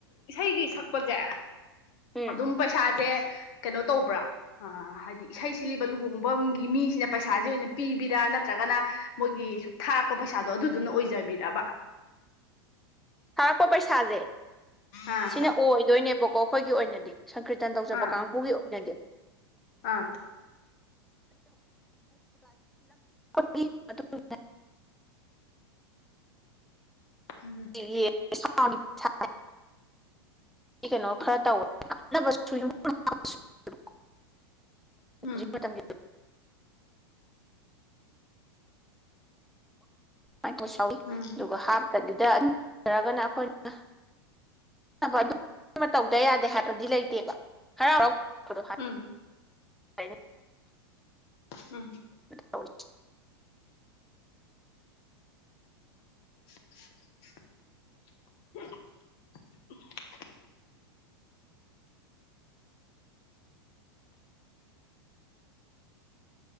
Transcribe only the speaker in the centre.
ꯎꯝ
ꯊꯥꯔꯛꯄ ꯄꯩꯁꯥꯁꯦ
ꯁꯤꯅ ꯑꯣꯏꯗꯣꯏꯅꯦꯕꯀꯣ ꯑꯩꯈꯣꯏꯒꯤ ꯑꯣꯏꯅꯗꯤ ꯁꯪꯀ꯭ꯔꯤꯇꯟ ꯇꯧꯖꯕ
ꯀꯥꯡꯕꯨꯒꯤ ꯑꯣꯏꯅꯗꯤ
<unintelligible>
<unintelligible> ꯀꯩꯅꯣ ꯈꯔ ꯇꯧꯑꯦ <unintelligible>
<unintelligible> ꯥ <unintelligible>
ꯑꯗꯨꯒ ꯍꯥꯞꯇꯕꯤꯗ ꯑꯗꯨꯔꯒꯅ ꯑꯩꯈꯣꯏꯅ ꯑ ꯑꯗꯨ ꯇꯧꯗ ꯌꯥꯗꯦ ꯍꯥꯏꯕꯗꯤ ꯂꯩꯇꯦꯕ ꯍꯔꯥꯎ <inaudible> ꯍꯥꯏ
<unintelligible>
ꯇꯧ